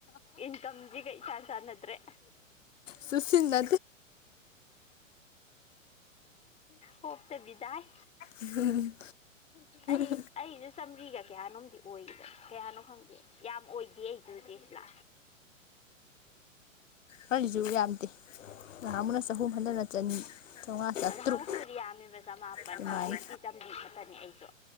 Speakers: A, on the left; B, on the left.
A: ꯏꯟꯀꯝ <unintelligible> ꯏꯆꯥꯟ ꯆꯥꯟꯅꯗ꯭ꯔꯦ
B: ꯆꯨꯁꯤꯟꯗꯦ
A: ꯍꯣꯞꯇ ꯕꯤꯗꯥꯏ
B: ꯎꯝ
A: ꯑꯩ
B: <inaudible>
A: ꯑꯩꯁꯨ ꯆꯥꯝꯔꯤꯒ ꯀꯌꯥꯅꯣꯝꯗꯤ ꯑꯣꯏꯗꯅ ꯀꯌꯥꯅꯣ ꯈꯪꯗꯦ ꯌꯥꯝ ꯑꯣꯏꯗꯦ ꯑꯩꯁꯨ ꯆꯦ ꯁꯤꯂꯥ
B: ꯍꯁꯨꯨ ꯌꯥ ꯌꯥꯝꯗꯦ ꯅꯍꯥꯟꯃꯨꯛꯅ ꯆꯍꯨꯝ ꯍꯟꯗꯛꯅ ꯆꯅꯤ ꯆꯥꯝꯃꯉꯥ ꯆꯥꯇ꯭ꯔꯨꯛ
A: ꯑꯗꯨꯗ ꯍꯧꯗꯨꯛꯀꯤꯈꯤꯕꯕꯨꯗꯤ ꯌꯥꯝꯃꯤꯕ ꯆꯃꯥꯄꯟ
B: ꯑꯗꯨꯃꯥꯏꯅ
A: ꯍꯧꯖꯤꯛꯇꯤ ꯆꯥꯝꯃꯔꯤ ꯈꯛꯇꯅꯤ ꯑꯩꯁꯨ